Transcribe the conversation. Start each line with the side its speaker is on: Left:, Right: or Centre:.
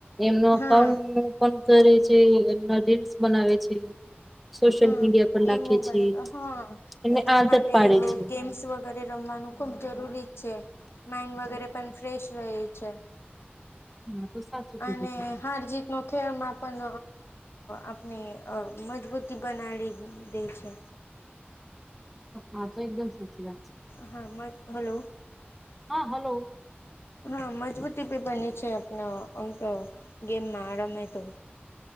Centre: એમનો અકાઉન્ટ
Left: હા
Centre: પણ કરે છે એમના રિન્સ બનાવે છે. સોશિયલ
Left: હા
Centre: મીડિયા પર લખે
Left: એ મોબાઈલ
Centre: છે
Left: હા
Centre: એને
Left: એટલા
Centre: આદત
Left: માટે
Centre: પાડે છે.
Left: ગેમ્સ વગેરે રમવાનું ખૂબ જરૂરી છે માઈન્ડ વગેરે પણ ફ્રેશ રહે છે.
Centre: હા તો સાચું. કીધું
Left: અને
Centre: તમે
Left: હાર જીતનો ખેલમાં આપણે મજબૂતી બનાવી દે છે.
Centre: હા તો એકદમ સાચી વાત છે.
Left: હા હલો.
Centre: હા હલો.
Left: હા મજબૂતી બની છે આપના એમ તો ગેમ ના રમે તો